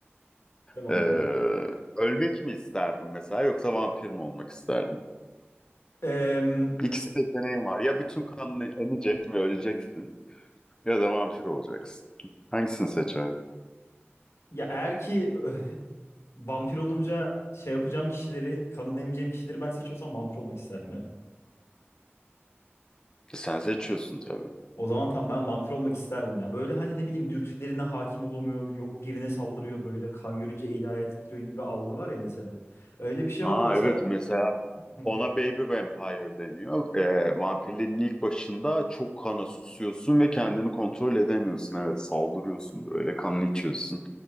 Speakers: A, on the left (about 75°); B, on the left (about 20°).
A: Ve vampir
B: Ee,
A: olacağım.
B: ölmek mi isterdin mesela yoksa vampir mi olmak isterdin?
A: Eee,
B: İkisi seçeneğin var. Ya bütün kanını emecek ve öleceksin ya da vampir olacaksın. Hangisini seçerdin?
A: ya eğer ki <laughs> ö, vampir olunca şey yapacağım kişileri, kanını emeceğim kişileri ben seçiyorsam vampir olmak isterdim ya.
B: Sen seçiyorsun tabii.
A: O zaman tam ben vampir olmak isterdim ya. Böyle hani ne bileyim dürtülerine hakim olamıyor. Yok birine saldırıyor böyle. Kan görünce eli ayağı titriyor gibi bir algı var ya mesela. Öyle bir şey
B: Ha
A: olmuyorsa
B: evet mesela
A: Hı,
B: ona Baby Vampire deniyor. Ee, vampirlerin ilk başında çok kana susuyorsun ve kendini kontrol edemiyorsun. Evet saldırıyorsun böyle kanını içiyorsun.